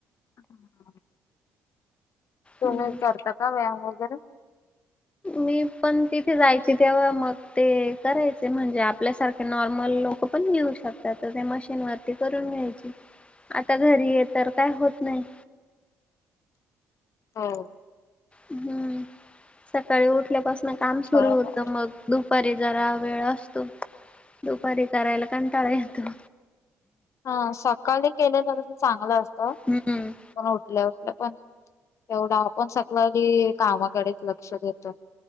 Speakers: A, on the left (about 50°); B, on the left (about 15°).
A: अहां हा तुम्ही
B: हम्म
A: करता का व्यायाम वगैरे
B: मी पण तिथे जायची तेव्हा मग ते करायचे म्हणजे आपल्यासारखे नॉर्मल लोक पण घेऊ शकतात तर ते मशीन वरती करून घ्यायचे. आता घरी आहे तर काय होत नाही.
A: हो
B: हम्म सकाळी उठल्यापासून काम सुरू
A: बरोबर
B: होतं मग दुपारी जरा वेळ असतो दुपारी करायला कंटाळा येतो.
A: हा सकाळी केल्यान कस चांगलं असतं.
B: हम्म
A: पण उठल्या उठल्या पण तेवढा आपण सकाळी कामाकडेच लक्ष देतो.